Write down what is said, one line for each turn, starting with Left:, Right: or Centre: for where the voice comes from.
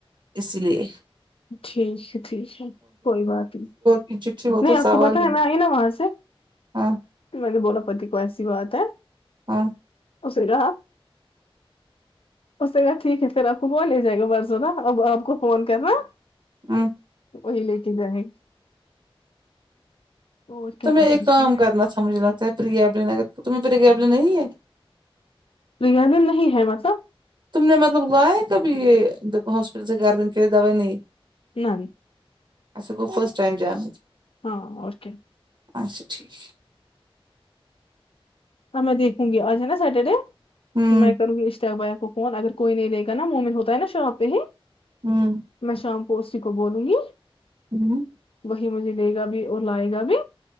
Right: اسی لیے
Left: ٹھیک ہے ٹھیک ہے کوئی بات نہیں
Right: یہ <unintelligible> چٹھی ہو
Left: نہیں
Right: تو
Left: آپ
Right: سوال
Left: کو پتا
Right: ہی
Left: ہے
Right: نہیں
Left: میں نا وہاں سے
Right: ہاں
Left: کہ میں نے بولا پتی کو ایسی بات ہے
Right: ہاں
Left: اس سیرح اس سے کہا ٹھیک ہے پھر آپ کو وہ لے جائے گا برزو نا اب آپ کو فون کرنا
Right: ہوں
Left: وہی لے کے جاہے اور کیا
Right: تمہیں
Left: کر
Right: ایک
Left: سکتے
Right: کا
Left: ہیں
Right: کرنا تھا مجھے لگتا ہے پرریگبل اگر تمہیں پرریگبل نہیں ہے
Left: بریانی نہیں ہے مطلب
Right: تم نے مطلب لایا ہے کب یہ ہاسپٹل سے گاردن کے لیے دوائی نہیں
Left: ناہی
Right: اچھا وہ فسٹ ٹائم جانا تھا
Left: ہاں اور کیا
Right: اچھا ٹھیک
Left: ا میں دیکھوں گی آج ہے نا سیٹرڈے
Right: ہوں
Left: میں کروں گی کر بھیا کو فون اگر کوئی نہیں لے گا نا مومن ہوتا ہے نا شاپ پے ہی
Right: ہوں
Left: میں شام کو اسی کو بولوں گی
Right: ہوں
Left: وہی مجھے دے گا بھی اور لائے گا بھی